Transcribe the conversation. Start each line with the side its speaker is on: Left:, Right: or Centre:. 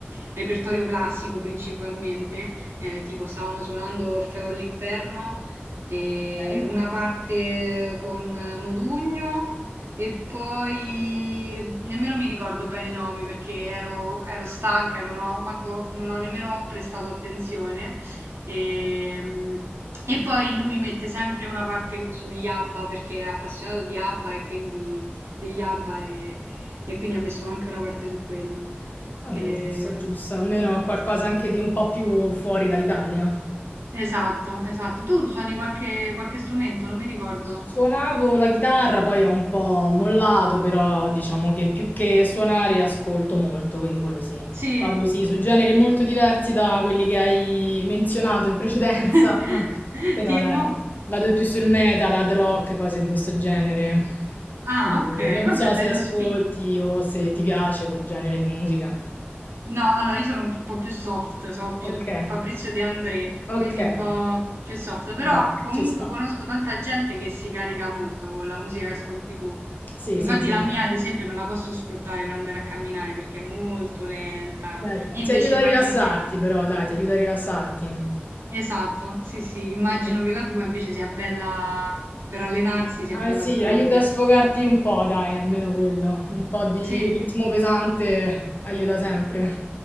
Right: repertorio classico principalmente, eh, tipo stavamo suonando Orfeo all'inferno, e
Left: Ok.
Right: una parte con Modugno e poi nemmeno mi ricordo bene i nomi perché ero, ero stanca e non ho, manco- non ho nemmeno prestato attenzione. Ehm, e poi lui mette sempre una parte sugli ABBA perché è appassionato di ABBA e quindi degli ABBA e, e quindi ha messo anche una parte su quello.
Left: Vabbè,
Right: Eh,
Left: giusto, giusto, almeno qualcosa anche di un po' più fuori dall'Italia.
Right: esatto, esatto. Tu suoni qualche, qualche strumento, non mi ricordo.
Left: Suonavo la chitarra, poi ho un po' mollato, però diciamo che più che suonare ascolto molto, quindi quello sì.
Right: Sì?
Left: Vado sì, su generi molto diversi da quelli che hai menzionato in precedenza,
Right: <laughs>
Left: <laughs> però
Right: Tipo?
Left: dai, vado più sul metal, hard rock, cose di questo genere.
Right: Ah,
Left: Quindi
Right: ok,
Left: non
Right: vabbè,
Left: so
Right: bello
Left: se ascolti
Right: spi.
Left: o se ti piace quel genere di musica.
Right: No, allora io sono un po' più soft, sono più
Left: Ok,
Right: Fabrizio De André,
Left: ok,
Right: quindi un po' più soft, però
Left: vabbè,
Right: comunque
Left: ci sta.
Right: conosco tanta gente che si carica molto con la musica che ascolti tu.
Left: Sì,
Right: Infatti
Left: sì, sì.
Right: la mia, ad esempio, non la posso sfruttare per andare a camminare perché è molto lenta.
Left: Dai,
Right: Invece
Left: ti aiuta
Right: immagino
Left: a rilassarti,
Right: che...
Left: però dai, ti aiuta a rilassarti.
Right: Esatto, sì, sì, immagino
Left: Ah,
Right: che la tua invece sia bella per allenarsi, sia bella
Left: sì,
Right: strong.
Left: aiuta a sfogarti un po', dai, almeno quello. Un po' di
Right: Sì,
Left: ritmo pesante aiuta sempre.